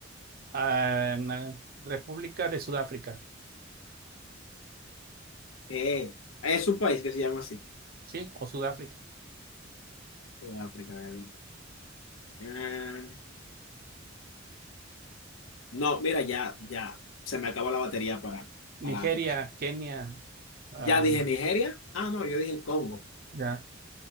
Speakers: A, on the right (about 50°); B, on the left (about 85°).
A: Ah, na- República de Sudáfrica,
B: Eh, es un país que se llama así.
A: ¿sí? O Sudáfrica.
B: África. eh. Eh, no, mira, ya, ya. Se me acabó la batería para,
A: Nigeria,
B: para África.
A: Kenia. am,
B: Ya dije Nigeria. Ah, no, yo dije el Congo.
A: ya.